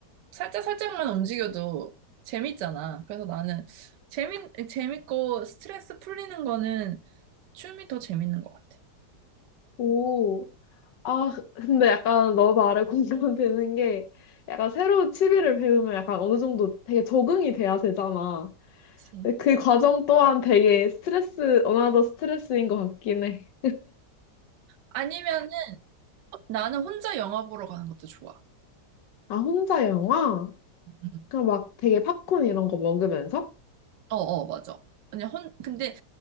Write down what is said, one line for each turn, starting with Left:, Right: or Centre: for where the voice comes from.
Right: 살짝 살짝만 움직여도 재밌잖아. 그래서 나는 재밌 재밌고 스트레스 풀리는 거는 춤이 더 재밌는 것 같아.
Left: 오. 아, 근데 약간 너 말에 공감되는 게 약간 새로운 취미를 배우면 약간 어느 정도 되게 적응이 돼야 되잖아.
Right: 그치.
Left: 근데 그 과정 또한 되게 스트레스, 어나더 스트레스인 것 같긴 해.
Right: 아니면은 나는 혼자 영화 보러 가는 것도 좋아.
Left: 아, 혼자 영화?
Right: 음.
Left: 그럼 막 되게 팝콘 이런 거 먹으면서?
Right: 어, 어, 맞아. 그냥 혼, 근데